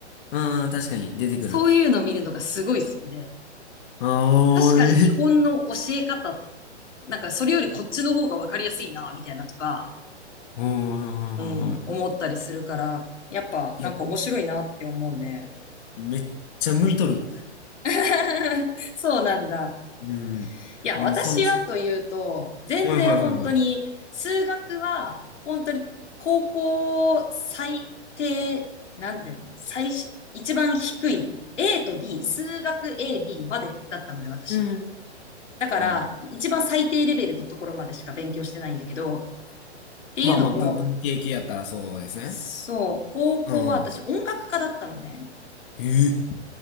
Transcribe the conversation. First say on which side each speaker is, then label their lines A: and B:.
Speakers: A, on the left; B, on the left.
A: うん、確かに出てくる。
B: そういうの見るのがすごい好きで、
A: あ
B: 確かに日本の教え方、
A: あ、えー
B: なんかそれよりこっちの方がわかりやすいな、みたいなとか、
A: うん、はいはいはいは
B: うん、思ったりするから、やっぱなんか面白いなって思うね。
A: いいや、めっちゃ向いとる。
B: <laughs> そうなんだ。
A: うん。
B: いや、
A: もう、
B: 私はというと、
A: その、は
B: 全然本当に、
A: いはいはいはい。
B: 数学は本当に高校最低、なんだよね。最、一番低い A と B、数学 A、B までだったので、私。
A: うー
B: だから、
A: ん。
B: 一番最低レベルのところまでしか勉強してないんだけど、っていうのも、
A: まあまあ、ぶ文系系やったらそうですね。
B: そう、高校は私音楽科だったのね。
A: うん。ええ